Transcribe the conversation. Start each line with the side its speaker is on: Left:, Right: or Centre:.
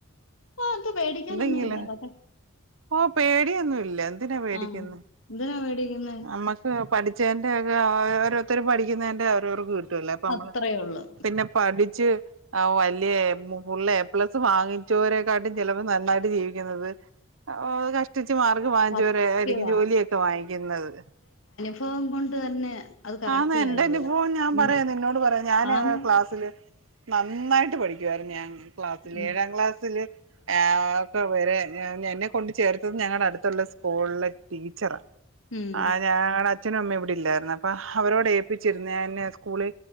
Left: ആ അത് പേടിക്കാനൊന്നും
Right: എന്തെങ്കിലും
Left: ഇല്ല അതെ
Right: ഓ പേടിയൊന്നുംല്ല എന്തിനാ പേടിക്കന്ന്
Left: ആ എന്തിനാ പേടിക്കുന്നത്
Right: നമ്മക്ക് പടി ചെന്റെ ഓരോരുര പഠിക്കുന്ന എന്റെറെ ഓരോരുക്ക് കീട്ട- ല്ല അപ്പൊ നമ്മളണ്ട്
Left: അത്രേ ഉള്ളു
Right: പിന്നെ പഠിച്ച് ആ വലിയ ഫുള്ള് എ പ്ലസ് വാങ്ങിച്ചവരെക്കാട്ടും ചിലപ്പോ നന്നായിട്ട് ജീവിക്കുന്നത് ഓ കഷ്ടിച്ച് മാർഗം വാങ്ങിച്ചവരെ
Left: സത്യവാ
Right: ആയിരിക്കും ജോലിയൊക്കെ വാങ്ങിക്കുന്നത്
Left: ഇഭവം കൊണ്ട് തന്നെ അത് കറക്റ്റ്
Right: ആഹ എന്നാ എൻന്റെറെ
Left: കാര്യമാണ്
Right: അനുഭവം ഞാൻ
Left: ഉം
Right: പറയാന്ന് നിന്നോട് പറയാ ഞാന
Left: ആന്ന്
Right: ക്ലാസ്സില് നന്നായിട്ട് പഠിക്കുായിരുന്നു ഞാൻ ക്ലാസ്സിില്
Left: ഉം
Right: ഏഴാം ക്ലാസ്സിില് ഒക്കെ വറെ എന്നെ കൊണ്ട് ചേർത്തത് ഞങ്ങളുടെ അടുത്തുള്ള സ്കൂളിലെ ടീച്ചറാ
Left: ഉം
Right: ആഹ് ഞുടെ അച്ഛനും അമ്മ ഇവിടെ ഇല്ലായിരുന്നു അപ്പൊ അവരോട് ഏൽപ്പിച്ചിര് ന്ന്സ്കൂളി